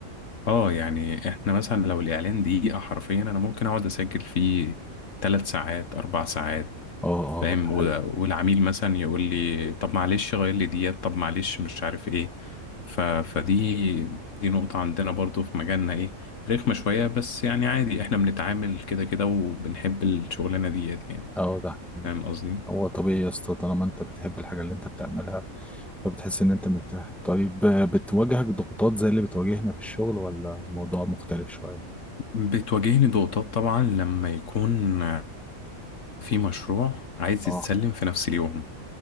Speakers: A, on the left (about 65°); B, in the centre.
A: اه يعني احنا مثلا لو الاعلان دقيقة حرفيا انا ممكن اقعد اسجل فيه ثلاث ساعات اربع ساعات
B: اه
A: فاهم
B: اه ده حقيقي
A: و- والعميل مثلا يقول لي طب معلش غير لي ديت طب معلش مش عارف ايه ف... فدي دي نقطة عندنا برضو في مجالنا ايه رخمة شوية بس يعني عادي احنا بنتعامل كده كده وبنحب الشغلانة ديت يعني
B: اه ده حقيقي
A: فاهم قصدي
B: هو طبيعي يا اسطى طالما انت بتحب الحاجه اللي انت بتعملها فبتحس ان انت مرتاح طيب آه، بتواجهك ضغوطات زي اللي بتواجهنا في الشغل ولا الموضوع مختلف شويه
A: بتواجهني ضغوطات طبعا لما يكون في مشروع عايز
B: اه
A: يتسلم في نفس اليوم